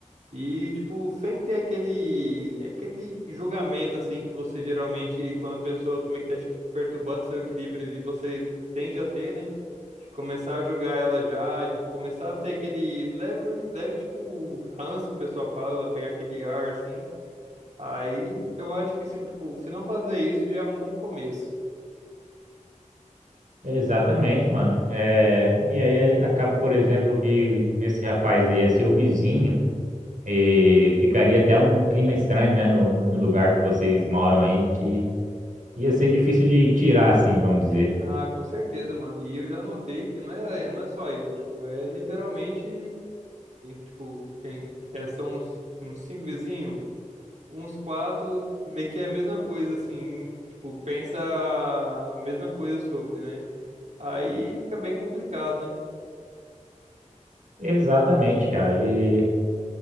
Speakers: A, on the right; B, on the right.
A: E, tipo, sem ter aquele, aquele julgamento, assim, que você geralmente, quando a pessoa meio que tá te perturbando seu equilíbrio ali, você tende a ter, né? De começar a julgar ela já, de começar a ter aquele leve, leve, tipo, ranço que o pessoal fala, pegar aquele ar, assim. Aí eu acho que, se, tipo, se não fazer isso, já é um bom começo.
B: Exatamente, mano. É, e aí acaba, por exemplo, que esse rapaz aí é seu vizinho. E ficaria até um clima estranho, né, no, no lugar que vocês moram aí, que ia ser difícil de tirar, assim, vamos dizer.
A: Ah, com certeza, mano. E eu já notei que não é, não é só eu, tipo, é literalmente, tipo, tem, é, são uns, uns cinco vizinhos, uns quatro, meio que é a mesma coisa, assim, tipo, pensa a mesma coisa sobre, né? Aí fica bem complicado, né?
B: Exatamente, cara. E,